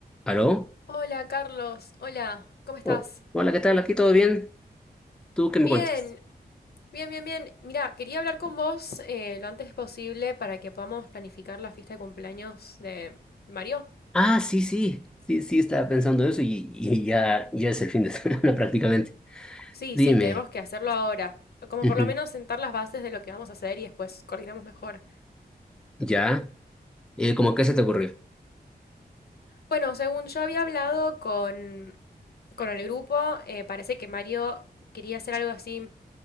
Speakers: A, in the centre; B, on the left (about 70°).
A: ¿Aló?
B: Hola Carlos, hola, ¿cómo estás?
A: Oh, hola, ¿qué tal? ¿Aquí todo bien? ¿Tú
B: Bien,
A: qué me cuentas?
B: bien, bien, bien. Mira, quería hablar con vos eh, lo antes posible para que podamos planificar la fiesta de cumpleaños de Mario.
A: Ah, sí, sí, sí, sí, estaba pensando eso y, y ya, ya es el fin de <laughs> semana prácticamente.
B: Sí,
A: Dime,
B: sí, tenemos que hacerlo ahora, como
A: ujú,
B: por lo menos sentar las bases de lo que vamos a hacer y después coordinamos mejor.
A: ¿ya? Eh, ¿cómo qué se te ocurrió?
B: Bueno, según yo había hablado con, con el grupo, eh, parece que Mario quería hacer algo así